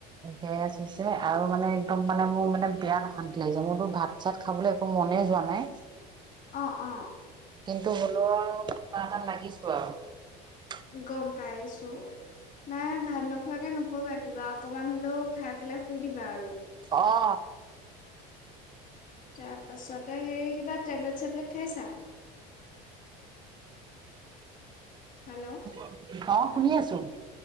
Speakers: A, on the right; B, on the left.
A: গেছ হৈছে, আৰু মানে একদম মানে মোৰ মানে বিয়াত অশান্তি লাগিছে মোৰতো ভাত চাত খাবলৈ একো মনে যোৱা নাই।
B: অ' অ'
A: কিন্তু হ'লও কিবাৰ এটাত লাগিছো আৰু।
B: গ'ম পাইছো। নাই ভাত নোখোৱাকে নুশুবা কিবা অকমান হলেও খাই পেলাই শুই দিবা আৰু
A: অ অ
B: তাৰ পাছতে হেৰি কিবা টেবলেট চেবলেট খাইছা হেল্ল'
A: <unintelligible> অ শুনি আছো